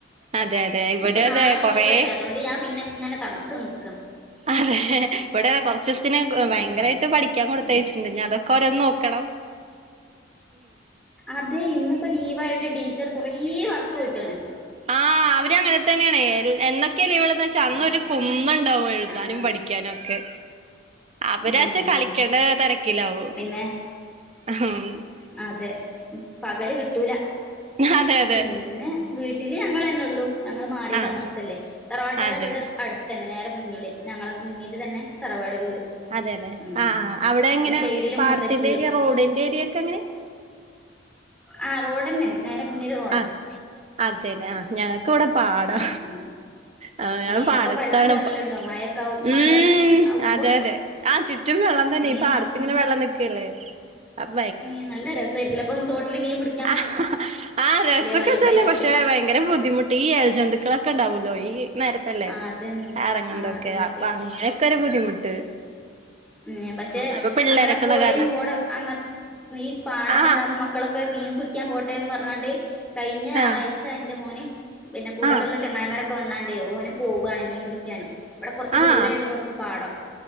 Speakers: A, on the right (about 35°); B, in the centre.
A: അതെ അതെ ഇവിടെ
B: ഇഞ്ഞ് ഇപ്പൊ നാളെ
A: അതെ
B: ലീവല്ലേ
A: കൊറേ
B: അതുകൊണ്ട് ഞാൻ പിന്നെ ഇങ്ങനെ തണുത്ത നിക്ക.
A: അതെ ഇവിടെ കുറച്ച് ദിവസത്തിന്
B: ഉം
A: ഭയങ്കരമായിട്ട് പഠിക്കാൻ കൊടുത്തയച്ചിട്ടുണ്ട്
B: ഉം
A: ഞാൻ അതൊക്കെ ഓരോന്ന് നോക്ക ക്കണം.
B: അതെ ഇന്നിപ്പോ ലീവായോണ്ട് ടീച്ചർ കൊറെ വർക്ക് വിട്ട്ണ്.
A: ആ അവര് അങ്ങനെ തന്നെയാണ് എന്നൊക്കെ ലീവ് ഉള്ളെന്ന് വച്ചാ അന്ന്
B: ഉം
A: ഒരു കുന്നുണ്ടാവും എഴുതാനും
B: ആഹ്
A: പഠിക്കാനും ഒക്കെ. അവരാച്ചാ
B: ഉം
A: കളിക്കേണ്ട തിരക്കിലാവു
B: പിന്നെ
A: ഉം.
B: അതെ പകല് കിട്ടൂല
A: അതെ അതെ
B: പിന്നെ വീട്ട വീട്ടില് ഞങ്ങൾ തന്നെ ഒള്ളൂ ഞങ്ങൾ മാറി
A: ആഹ്
B: താമസിച്ചല്ലേ. തറവാട്ട് പെര
A: അതെ
B: ഇവിടെ അടുത്ത തന്നെ നേരെ മുന്നിൽ ഞങ്ങളുടെ മുന്നിൽ തന്നെ തറവാട് വീട്.
A: അതെ അല്ലെ
B: ഉം
A: ആ ആ അവിടെ എങ്ങനെ
B: പിന്നെ സൈഡില്
A: പാടത്തിന്റെ
B: മൂത്തച്ചി
A: ഏരിയ റോഡിന്റെ ഏരിയ ഒക്കെ അങ്ങനെ?
B: ആഹ് റോഡന്നെ നേരെ മുന്നില് റോഡാ
A: ആ അതല്ലേ
B: അങ്ങനെ
A: ആ ഞങ്ങക്ക് ഇവിടെ പാടാ.
B: ഉം ഉം
A: ആ ങ്ങങ്ങൾ
B: ഏ
A: പാടത്താണ്
B: അപ്പൊ വെള്ളം കേറലുണ്ടോ
A: ഇപ്പ
B: മഴൊക്കെ മഴ
A: ഉം
B: ആവുമ്പോ
A: അതെ അതെ. ആഹ് ചുറ്റും വെള്ളം തന്നെ
B: ഏ
A: ഈ പാടത്തിങ്ങനെ വെള്ളം നിക്കല്ലേ. അപ്പൊ
B: ഏഹ് നല്ല രസമായിരിക്കൂല്ലേ അപ്പം തോട്ടില് മീൻ പിടി
A: ആ ആഹ് രസൊക്കെ
B: വൈബായിരിക്കുംല്ലേ
A: തന്നെ പക്ഷെ ഭയങ്കര ബുദ്ധിമുട്ട് ഈ ഇഴജന്തുക്കളൊക്കെ ഉണ്ടാവല്ലോ ഈ നേരത്തല്ലേ
B: ആ അതന്നെ
A: ഇറങ്ങണതൊക്കെ
B: ആ അതെ അതെ
A: അപ്പൊ അങ്ങനെയൊക്കെ ഒരു ബുദ്ധിമുട്ട്.
B: ഉം പക്ഷെ
A: അപ്പൊ പിള്ളേരൊക്കെ
B: നമ്മളെ പുഴയും
A: ഉള്ള കാരണം
B: പോടെ അങ്ങ ഈ പാടൊക്കെണ്ടാവും
A: ആഹ്
B: മക്കളൊക്കെ മീൻ പിടി ക്കാം പോട്ടെന്ന് പർഞ്ഞാ ണ്ട് കഴിഞ്ഞ ഞായറാഴ്ച
A: ആഹ്
B: ഇന്റെ മോന് പിന്നെ കൂട്ടത്ത്
A: ആഹ്
B: ള്ളെ ചങ്ങായിമാരൊക്കെ വന്നാ ണ്ട് ഓന് പോവാണ് മീൻ പിടിക്കാന് ഇവടെ കൊർച്ച്
A: ആഹ്
B: ദൂരണ്ട് കൊർച്ച് പാടം